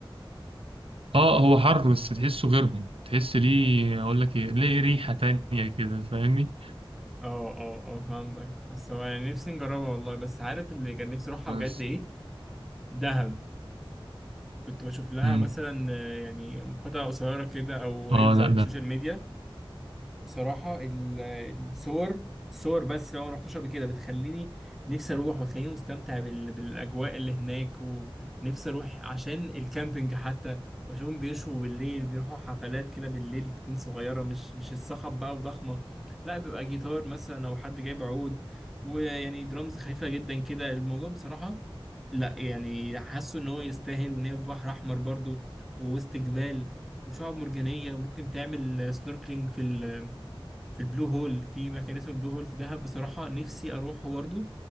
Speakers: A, on the right; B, in the centre.
A: اه هو حر بس تحسه غيرهم تحس ليه اقول لك ايه ليه ريحة تانية كده فاهمني
B: اه اه اه فهمتك بس هو يعني نفسي نجربها والله بس عارف اللي كان نفسي اروحها
A: بس
B: بجد ايه دهب كنت بشوف لها
A: مم.
B: مثلا آه، يعني مقاطع قصيرة كده او
A: اه
B: ريلز
A: لا
B: على
A: ده
B: السوشيال ميديا بصراحة ال- الصور صور بس لو ما رحتش قبل كده بتخليني نفسي اروح وتخليني مستمتع بال... بالاجواء اللي هناك ونفسي اروح عشان الكامبينج حتى بشوفهم بيشوا بالليل بيروحوا حفلات كده بالليل تكون صغيرة مش مش الصخب بقى وضخمة لا بيبقى جيتار مثلا او حد جايب عود ويعني درامز خفيفة جدا كده الموضوع بصراحة لا يعني حاسه ان هو يستاهل وان هي في بحر احمر برضو ووسط جبال وشعاب مرجانية وممكن تعمل سنوركلينج في ال في البلو هول في مكان اسمه بلو هول في دهب بصراحة نفسي أروحه برضه